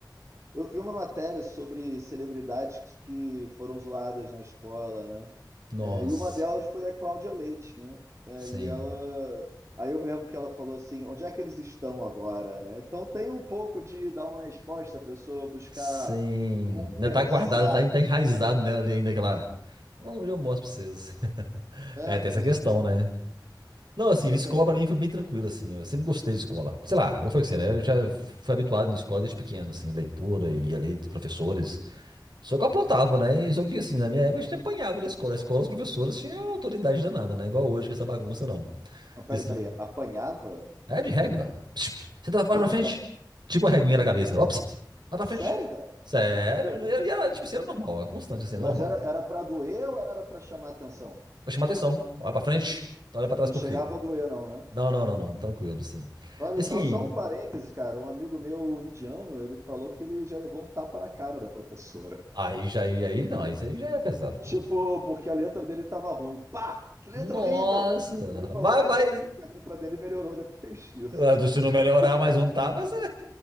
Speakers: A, on the right; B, on the right.
A: eu vi uma matéria sobre celebridades que que foram zoadas na escola, né?
B: Nossa,
A: É, e uma delas foi a Cláudia Leite, né? É,
B: sim.
A: e ela. Aí eu me lembro que ela falou assim: onde é que eles estão agora, né? Então tem um pouco de dar uma resposta, a pessoa buscar
B: Sim,
A: compensar,
B: ainda tá guardada, tá, tá enraizado nela ali ainda, aquela... Não, eu mostro pra vocês. <laughs>
A: né?
B: É, tem essa
A: Exatamente.
B: questão, né? Não, assim,
A: Exatamente.
B: escola pra mim foi bem tranquilo, assim, eu sempre gostei de escola. Sei lá, eu falei com você, né? Eu já fui habituado na escola desde pequeno, assim, leitura e a lei dos professores. Só que eu aprontava, né? E Só que, assim, na minha época a gente apanhava na escola. A escola, os professores tinham autoridade danada, né? Igual hoje, com essa bagunça, não.
A: Não, peraí,
B: E, assim,
A: peraí. Apanhava?
B: é de régua. Pss, pss. Você tá fora
A: Tá
B: pra
A: de
B: frente.
A: caô.
B: Tipo a reguinha da cabeça. Ó, pss, vai pra
A: Sério,
B: frente.
A: cara?
B: Sério. E era, tipo assim, era normal. Era constante assim, era
A: Mas
B: normal.
A: era, era pra doer ou era pra chamar atenção?
B: Pra chamar atenção. Olha pra frente. Tu olha pra trás
A: Não
B: por
A: chegava
B: quê?
A: a doer, não, né?
B: Não, não, não, não. Tranquilo, sim.
A: Olha
B: E assim,
A: só, só um parêntese, cara. Um amigo meu indiano, ele falou que ele já levou um tapa na cara da professora.
B: aí já, aí, aí não. Isso aí já é pesado, porra.
A: Tipo, porque a letra dele tava ruim. Pá! Que letra
B: Nossa.
A: horrível! Ele falou
B: Vai,
A: que
B: vai.
A: adiantou, que a letra dele melhorou depois <laughs> disso.
B: Ah, Se não melhorar
A: Longe de
B: mais
A: mim,
B: um tapa, você,